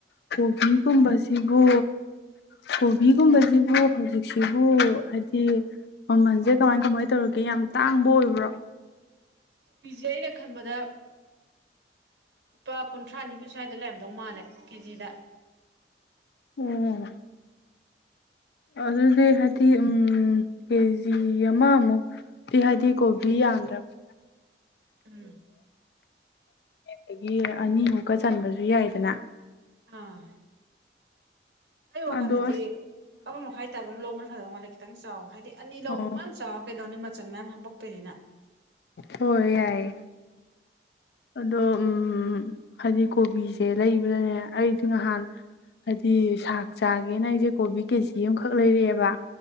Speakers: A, on the left; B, on the right.
A: ꯀꯣꯕꯤꯒꯨꯝꯕꯁꯤꯕꯨ
B: ꯑꯥ
A: ꯀꯣꯕꯤꯒꯨꯝꯕꯁꯤꯕꯨ ꯍꯧꯖꯤꯛꯁꯤꯕꯨ ꯍꯥꯏꯗꯤ ꯃꯃꯜꯁꯦ ꯀꯃꯥꯏ ꯀꯃꯥꯏ ꯇꯧꯔꯒꯦ ꯌꯥꯝ ꯇꯥꯡꯕ ꯑꯣꯏꯕ꯭ꯔꯣ
B: ꯀꯣꯕꯤꯁꯦ ꯑꯩꯅ ꯈꯟꯕꯗ ꯂꯨꯄꯥ ꯀꯨꯟꯊ꯭ꯔꯥ ꯅꯤꯐꯨ ꯁ꯭ꯋꯥꯏꯗ ꯂꯩꯔꯝꯗꯧ ꯃꯥꯜꯂꯦ ꯀꯦ ꯖꯤ ꯗ ꯎ
A: ꯑꯣ ꯑꯗꯨꯗꯤ ꯍꯥꯏꯗꯤ ꯀꯦ ꯖꯤ ꯑꯃꯃꯨꯛꯇꯛꯇꯤ ꯍꯥꯏꯗꯤ ꯀꯣꯕꯤ ꯌꯥꯝꯗ꯭ꯔꯕ
B: ꯎꯝ
A: ꯗꯒꯤ ꯑꯅꯤꯃꯨꯛꯀ ꯆꯟꯕꯁꯨ ꯌꯥꯏꯗꯅ
B: ꯑꯥ ꯑꯩ ꯋꯥꯈꯜꯗꯗꯤ
A: ꯑꯗꯣ ꯑꯁ
B: ꯑꯃ ꯃꯈꯥꯏ ꯇꯥꯕꯃ ꯂꯧꯕꯅ ꯐꯗꯧ ꯃꯥꯜꯂꯦ ꯈꯤꯇꯪ ꯆꯥꯎꯦ ꯍꯥꯏꯗꯤ ꯑꯅꯤ ꯂꯧꯅꯤ
A: ꯑꯣ
B: ꯃꯌꯥꯝ ꯆꯥꯎꯔ ꯀꯩꯗꯧꯅꯤ ꯆꯟ ꯃꯌꯥꯝ ꯍꯥꯄꯛꯇꯣꯏꯅꯤꯅ
A: ꯍꯣꯏ ꯌꯥꯏꯌꯦ ꯑꯗꯣ ꯎꯝ ꯍꯥꯏꯗꯤ ꯀꯣꯕꯤꯁꯦ ꯂꯩꯕꯗꯅꯦ ꯑꯩꯗꯤ ꯅꯍꯥꯟ ꯍꯥꯏꯗꯤ ꯁꯥꯛ ꯆꯥꯒꯦꯅ ꯑꯩꯁꯦ ꯀꯣꯕꯤ ꯀꯦ ꯖꯤ ꯑꯃꯈꯛ ꯂꯩꯔꯛꯑꯦꯕ